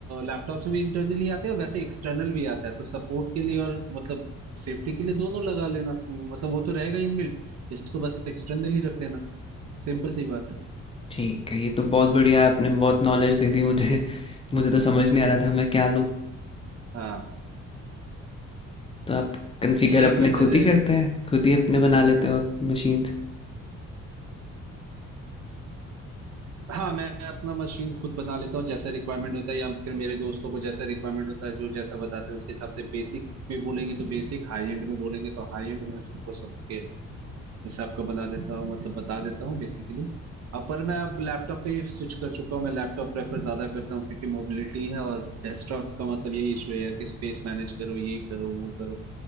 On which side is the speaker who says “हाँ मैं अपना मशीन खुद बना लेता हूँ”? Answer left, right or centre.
Right